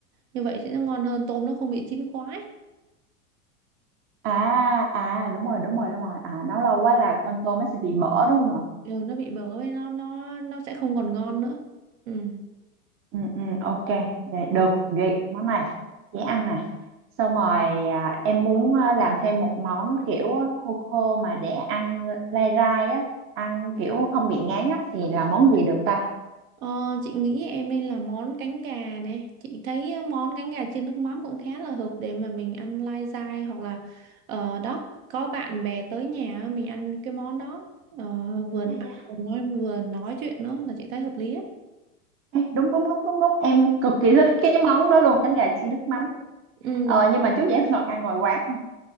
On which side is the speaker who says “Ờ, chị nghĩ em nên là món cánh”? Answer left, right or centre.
Right